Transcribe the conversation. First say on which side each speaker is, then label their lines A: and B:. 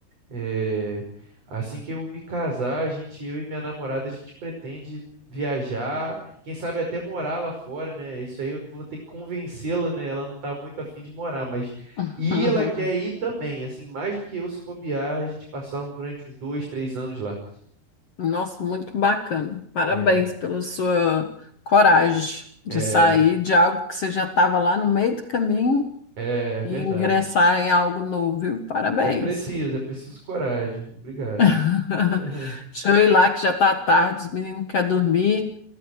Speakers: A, on the right; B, on the left.
A: É, assim que eu me casar, a gente, eu e minha namorada, a gente pretende viajar, quem sabe até morar lá fora, né? Isso aí eu vou ter que convencê-la, né? Ela não tá muito afim de morar, mas
B: <laughs>
A: e ela quer ir também, assim, mais do que eu se bobear, a gente passar um- durante uns dois, três anos lá.
B: Nossa, muito bacana. Parabéns
A: É,
B: pela sua coragem de
A: é,
B: sair de algo que você já estava lá no meio do caminho
A: é
B: e
A: verdade.
B: ingressar em algo novo, viu? Parabéns.
A: É preciso, é preciso coragem. Obrigado.
B: <laughs>
A: <laughs>
B: Deixa eu ir lá que já tá tarde, os meninos querem dormir.